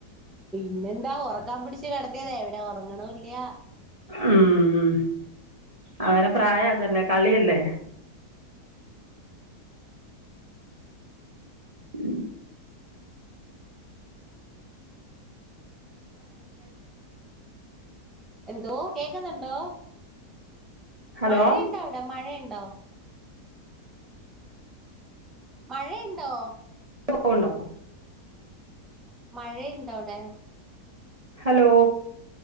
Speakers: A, in the centre; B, on the right.
A: പിന്നെന്താ ഉറ കൻ പിടിച്ചച്ച് കിടതിയത എവിടെ ഉറങ്ങണ് ഇല്ല്യ
B: ഉം അവന പ്രായം അതല്ലേ കളിയല്ലേ ഉ
A: എന്തോ കേക്കുന്നുണ്ടോ
B: ഹലോ
A: മഴയുണ്ടോ അവിടെ മഴയുണ്ടോ മഴയുണ്ടോ
B: പോണോ
A: മഴയുണ്ടോ അവിടെ
B: ഹലോ